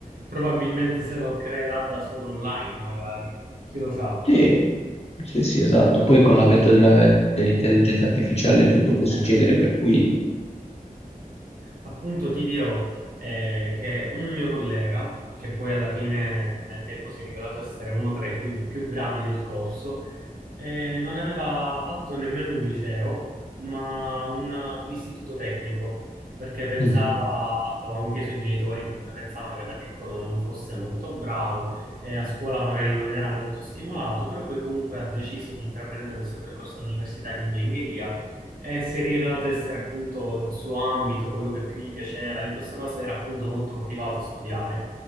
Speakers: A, on the right (about 75°); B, on the left (about 45°).
A: Probabilmente se lo creerà da solo online, magari. Chi lo sa?
B: sì, sì, sì, esatto. Poi con l'avvento della- dell'intelligenza artificiale tutto può succedere,
A: Eh.
B: per cui...
A: Appunto ti dirò eh, che un mio collega, che poi alla fine nel tempo si è rivelato essere uno tra i più, più bravi del corso, eh, non aveva fatto nemmeno un liceo, ma un, un istituto tecnico, perché pensava,
B: Mhm.
A: o anche i suoi genitori comunque pensavano che da piccolo non fosse molto bravo e a scuola magari non era molto stimolato, però poi comunque ha deciso di intraprendere questo percorso all'università di ingegneria e si è rivelato essere appunto il suo ambito, quello che più gli piaceva. In questo caso era appunto molto motivato a studiare.